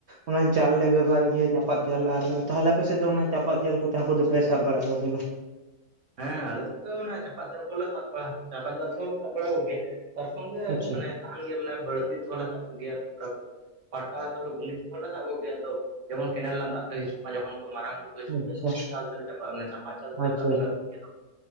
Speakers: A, on the right; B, on the right.
A: ᱚᱱᱟ ᱡᱟᱞ ᱞᱮ ᱵᱮᱵᱟᱨ ᱜᱮᱭᱟ᱾ ᱪᱟᱯᱟ ᱡᱟᱞ ᱾ ᱟᱨ ᱛᱟᱦᱚᱞᱮ ᱟᱯᱮ ᱥᱮᱫ ᱫᱚ ᱚᱱᱟ ᱪᱟᱯᱟᱫ ᱡᱟᱞ ᱠᱚᱛᱮ ᱦᱟᱹᱠᱩ ᱫᱚ ᱯᱮ ᱥᱟᱵ ᱵᱟᱲᱟ ᱠᱚᱣᱟ ᱥᱮ ᱵᱟᱝ?
B: ᱦᱮᱸ, ᱟᱞᱮ ᱥᱮᱫ ᱫᱚ ᱮ ᱪᱟᱯᱟᱫ ᱡᱟᱞ ᱠᱚᱞᱮ ᱥᱟᱵ ᱵᱟᱲᱟ ᱪᱟᱯᱟᱫ ᱡᱟᱞ ᱛᱮᱦᱚᱞᱮ ᱥᱟᱵ ᱵᱟᱲᱟ ᱠᱚ ᱜᱮᱭᱟ ᱾ <unintelligible> ᱜᱮ
A: ᱟᱪᱪᱷᱟ
B: ᱢᱟᱱᱮ ᱛᱟᱦᱮᱱ ᱜᱮ ᱵᱟᱹᱲᱛᱤ ᱛᱮᱦᱚᱸ ᱞᱮ ᱥᱟᱵ ᱠᱚ ᱜᱮᱭᱟ ᱾ ᱯᱟᱴᱟ ᱛᱟᱯᱚᱨᱮ ᱜᱷᱩᱱᱤ ᱛᱮᱦᱚᱞᱮ ᱥᱟᱵ ᱠᱚ ᱜᱮᱭᱟ ᱟᱫᱚ ᱡᱮᱢᱚᱱ ᱠᱮᱱᱮᱞ ᱨᱮᱱᱟᱜ ᱫᱟᱜ ᱛᱮ ᱦᱤᱡᱩᱜᱼᱟ ᱡᱚᱠᱷᱚᱱ ᱩᱱᱠᱩ ᱢᱟᱨᱟᱝ ᱦᱟᱹᱠᱩ <unintelligible>
A: ᱟᱪᱪᱷᱟ
B: ᱪᱟᱯᱟᱫ ᱡᱟᱞ ᱠᱚᱛᱮ
A: ᱟᱪᱪᱷᱟ
B: ᱥᱟᱵ ᱵᱟᱲᱟ ᱠᱚᱜᱮᱼᱼ